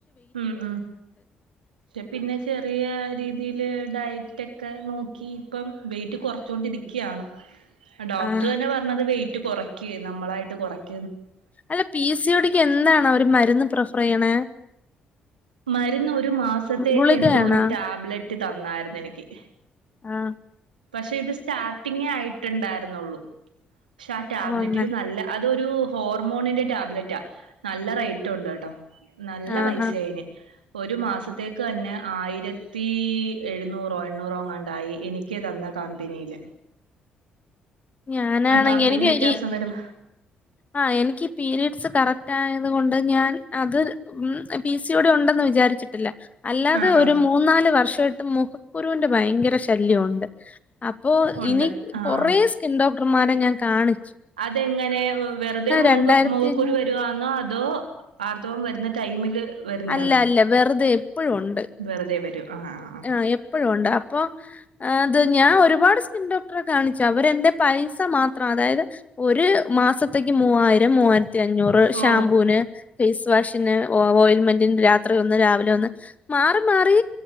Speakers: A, on the right (about 85°); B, on the left (about 35°).
A: ഉം ഉ പക്ഷെ പിന്നെ ചെറിയ രീതിൽ ഡയറ്റ് ഒക്കെ നോക്കി ഇപ്പം വെയിറ്റ് കുറച്ചൊണ്ടിരിക്കയാണ്. ഡോക്ടർ
B: ആഹ്
A: തന്നെ പറഞ്ഞത് വെയിറ്റ് കുറക്ക നമ്മളായിട്ട് കുറക്ക
B: അല്ല പി സിയോടിക്ക് എന്താണ് അവര് മരുന്ന് പ്രിഫർ ചെയ്യണ
A: മരുന്ന് ഒരു മാസത്തേക്ക്
B: ഗുളികയാണോ
A: എന്തോ ഒരു ടാബ്ലറ്റ് തന്നായിരുന്നു എനിക്ക്
B: ആഹ
A: പക്ഷെ ഇത് സ്റ്റാർട്ടിങ്ങ ആയിട്ടുണ്ടായിരുന്നുള്ളൂ പക്ഷെ ആ ടാബ്ലറ്റിന്
B: ഓഹ് അങ്ങനെ
A: നല്ലത് അതൊരു ഹോർമോണിന്റെ ടാബ്ലറ്റാ നല്ല റേറ്റ ഉണ്ട് കേട്ടോ നല്ല
B: ആഹാ
A: പൈസ ആയിന് ഒരു മാസത്തേക്ക് തന്നെ ആയിരത്തി എഴുന്നൂറോ എണ്ണൂറോ അങ്ങാണ്ടായി എനിക്ക് തന്ന കമ്പനിയില്
B: ഞാനാണെങ്കിൽ
A: കമ്പനി
B: എനിക്ക്
A: വ്യത്യാസം
B: ഈ
A: വരും
B: ആ എനിക്ക് പീരഡ്സ് കറക്റ്റ് റ്റായത് കൊണ്ട് ഞാൻ അത് ഉ പി സിയോടെ ഉണ്ടെന്ന് വിചാരിച്ചിട്ടില്ല അല്ലാതെ
A: ആഹ്
B: ഒരു
A: ആഹ്
B: മൂന്നാല് വർഷമായിട്ടും മുഖക്കുരുവിന്റെ ഭയങ്കര ശല്യമുണ്ട്. അപ്പോ
A: ഉണ്ട്
B: ഇനി
A: ആഹ്
B: കൊറ സ്കിൻ ഡോക്ടർമാരെ ഞാൻ കാണി
A: അതെങ്ങനെ വെറുതെ മുഖ
B: രണ്ടായിരത്തി
A: മുഖക്കുരു
B: അഞ്ഞൂറ്
A: വരുവാെന്നോ അതോ? ആർത്തവം വരുന്ന ടൈമില് വരുന്നയാന്നോ
B: അല്ല അല്ല വെറുതെ എപ്പഴും ഉണ്ട്
A: വെറുതെ <unintelligible> ആഹ്
B: ആ എപ്പോഴും ഉണ്ട് അപ്പൊ അത് ഞാൻ ഒരുപാട് ഡോക്ടറെ കാണിച്ചു അവരെന്റെ പൈസ മാത്രം അതായത് ഒരു മാസത്തേക്ക് മൂവായിരം മൂവായി ത്തിഞ്ഞൂറ്
A: ഓ
B: ഷാംമ്പൂന് ഫേസ് വാഷ് പിന്നെ ഓൽമെന്റിന്‌ രാവിലെ ഒന്ന് രാത്രി ഒന്ന്‌മാറി മാറി